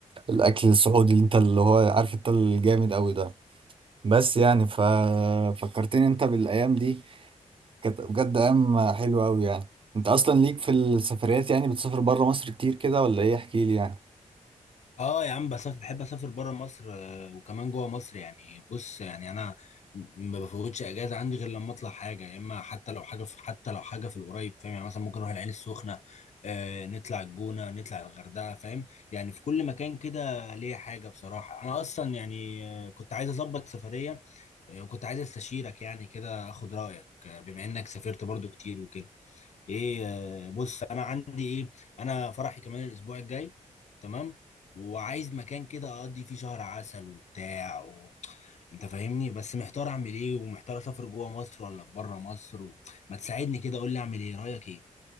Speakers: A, on the right (about 40°); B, on the left (about 55°).
A: الاكل السعودي اللي انت اللي هو عارف انت الجامد قوي ده بس يعني ففكرتني انت بالايام دي كانت بجد ايام حلوه قوي يعني انت اصلا ليك في السفريات يعني بتسافر بره مصر كتير كده ولا ايه احكي لي يعني
B: اه يا عم بسافر بحب اسافر بره مصر آه، وكمان جوه مصر يعني بص يعني انا م- ما بفوتش اجازه عندي غير لما اطلع حاجه يا اما حتى لو حاجه في حتى لو حاجه في القريب فاهم يعني مثلا ممكن اروح العين السخنه آه نطلع الجونه نطلع الغردقه فاهم يعني في كل مكان كده ليا حاجه بصراحه انا اصلا يعني آه، كنت عايز اظبط سفريه آه، وكنت عايز استشيرك يعني كده اخد رايك آه، بما انك سافرت برضو كتير وكده ايه آه، بص انا عندي ايه انا فرحي كمان الاسبوع الجاي تمام وعايز مكان كده اقضي فيه شهر عسل وبتاع و... انت فاهمني بس محتار اعمل ايه ومحتار اسافر جوه مصر ولا بره مصر و... ما تساعدني كده قول لي اعمل ايه رايك ايه